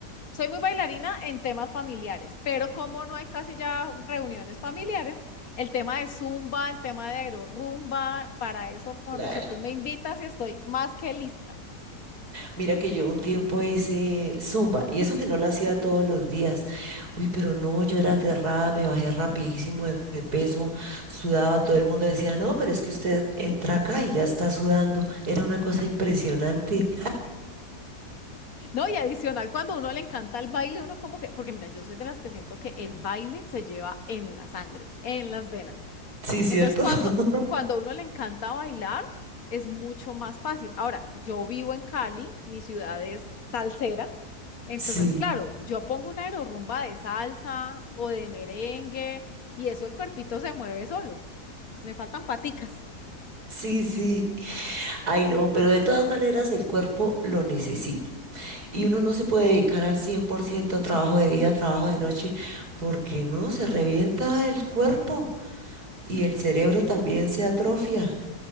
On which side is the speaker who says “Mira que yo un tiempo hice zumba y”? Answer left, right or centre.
Right